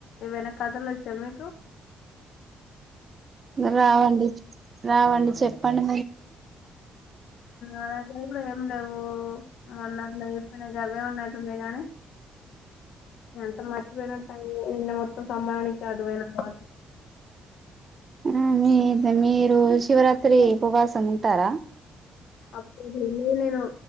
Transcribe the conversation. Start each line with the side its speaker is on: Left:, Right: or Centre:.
Left: ఏమన్నా కథలో వచ్చ మే
Right: రావండి రావండి చెప్ప <inaudible>
Left: అలాగ ఎం లేవు మోన్నట్లు చెప్పిన గావే ఉన్నట్టుంది గానీ ఎంత మర్చిపోయిన నిన్న మత్త మొత్తం సమ్మరానికిిక అడువేనాటి
Right: ఆ మీ మీరు శివరాత్రి ఉపవాసం ఉంటారా
Left: అప్పే నేను